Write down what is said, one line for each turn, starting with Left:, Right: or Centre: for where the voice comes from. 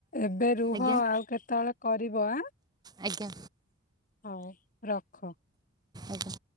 Left: ଏବେ ରୁହ
Right: ଆଜ୍ଞା
Left: ଆଉ କେତେବେଳେ କରିବ ଆ।
Right: ଆଜ୍ଞା
Left: ହଉ ରଖ।
Right: ଆଜ୍ଞା।